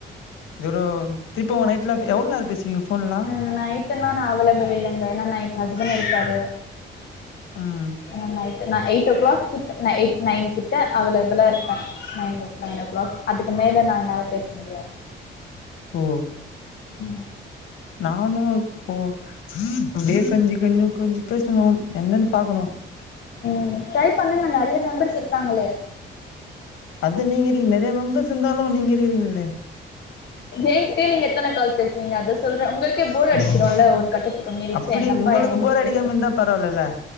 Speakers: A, on the left; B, on the left.
A: தோடோ திருப்ப நைட்ல எவளோ நேரோ பேசுவீங்க ஃபோன்லா
B: ஆஹ் நைட் ட்டுனா நா <unintelligible> இல்லங்க ஏன்னா நைட் ஹஸ்பண்ட் இருப்பாரு
A: ம்
B: நா நைட்டு நா எயிட்டோ க்ளாக் கிட் ந எயிட் நைன் கிட்ட அவலப்ளா இரு நைன் நைன் ஓ கிளாக் அதுக்கு மேலே நான்ளா பேச முடியாது
A: ஓ
B: ம்
A: நானு இப்போ அப்டியே கொஞ்சி கொஞ்சி கொஞ்சி பேசணு என்னன்னு பாக்கணு
B: ம் ட்ரை பண்ணுங்க நெறைய மெம்பர்ஸ் இருக்காங்களே
A: அது நீங்க இருக்கீங்க நெறைய மம்பர்ஸ் இருந்தாலு நீங்க இருக்கிறீங்கல்லே
B: என்கிட்டே நீங்க எத்தனை கால் பேசுவீங்க அத சொல்றே உங்களுக்கு போர் அடிச்சிறோம்ல ஒரு கட்டத்துக்கு மேலே
A: அப்டி
B: ச என்னப்பா
A: உங்களுக்கு
B: வந்துட்டு
A: போர் அடிக்காம இருந்தா பரவால்லல்ல